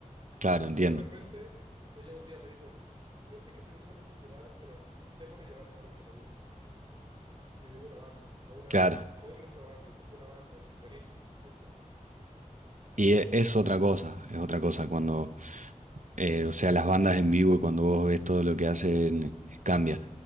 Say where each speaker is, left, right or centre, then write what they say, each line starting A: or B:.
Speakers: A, on the right; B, on the right.
A: Claro,
B: Y
A: entiendo.
B: de repente, ella un día me dijo, yo sé que te gustan esos lugares, pero déjame llevarte algo que me gusta. Y me llevó una banda, a una,
A: Claro.
B: a un restaurante, y tocó una banda y buenísimo, me gustó mucho.
A: Y e- es otra cosa, es otra cosa cuando Eh, o sea, las bandas en vivo, cuando vos ves todo lo que hacen, eh, cambia.